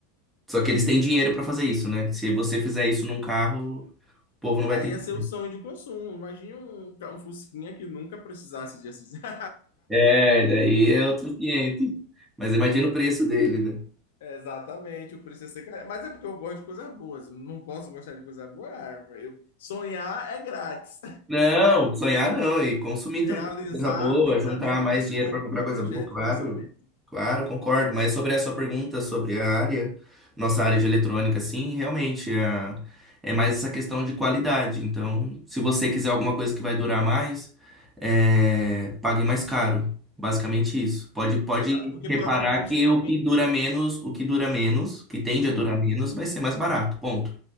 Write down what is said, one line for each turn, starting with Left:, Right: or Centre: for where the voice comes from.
Centre: Só que eles têm dinheiro pra fazer isso, né? Se você fizer isso num carro, o povo não
Left: Aí
Centre: vai ter.
Left: ia ser o sonho de consumo. Imagine um, um Fusquinha que nunca precisasse de assistir. <laughs>
Centre: É, daí é outro cliente. Mas imagina o preço dele, né?
Left: Exatamente, o preço ia ser caro. Mas é porque eu gosto de coisas boas. Não posso gostar de coisa boa. ah, Eu... Sonhar é grátis.
Centre: Não, sonhar não, e consumir
Left: <laughs> Realizar
Centre: também coisa boa,
Left: tem que
Centre: juntar
Left: estar dentro
Centre: mais
Left: do escopo
Centre: dinheiro para comprar
Left: do
Centre: coisa
Left: projeto
Centre: boa, claro.
Left: e do orçamento.
Centre: Claro, concordo. Mas sobre a sua pergunta sobre a área, nossa área de eletrônica, sim, realmente a- é mais essa questão de qualidade. Então, se você quiser alguma coisa que vai durar mais, é, pague mais caro. Basicamente isso. Pode, pode
Left: É Exato. Porque
Centre: reparar
Left: provavelmente
Centre: que
Left: tem alguém
Centre: o que dura
Left: que.
Centre: menos, o que dura menos, que tende a
Left: Hã?
Centre: durar menos, vai ser mais barato. Ponto.